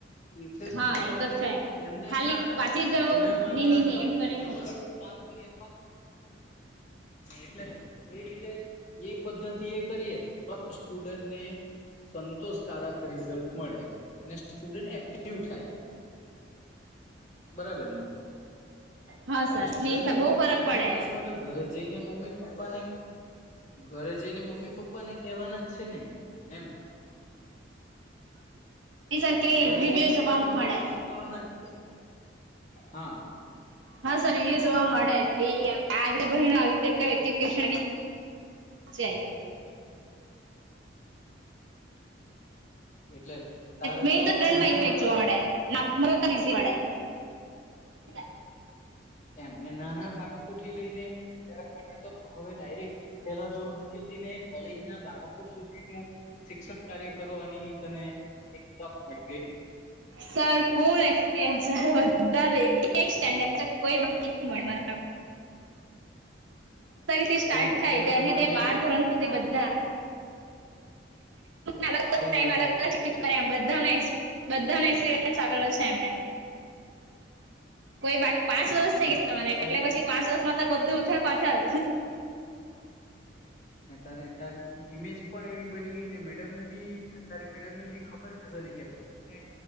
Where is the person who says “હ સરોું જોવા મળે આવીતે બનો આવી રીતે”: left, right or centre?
Right